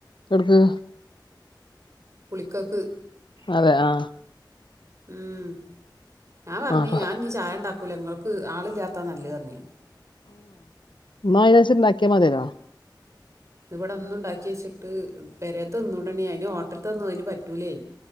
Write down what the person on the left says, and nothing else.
ഒട്ക്ക്?
അതെ ആഹ്
ആഹ് അപ്പൊ
ന്നാ ഐനൻസര്ച്ച് ഇണ്ടാക്യായാ മത്യാലോ.